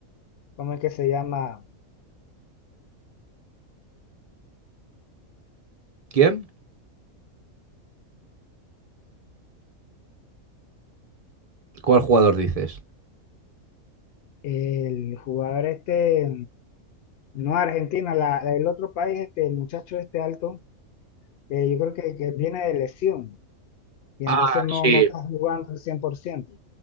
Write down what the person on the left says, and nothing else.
¿cómo es que se llama?
El jugador este. No, Argentina, la, la- el otro país, este, el muchacho este alto, eh, yo creo que, que viene de lesión y
entonces no,
no está jugando al cien por ciento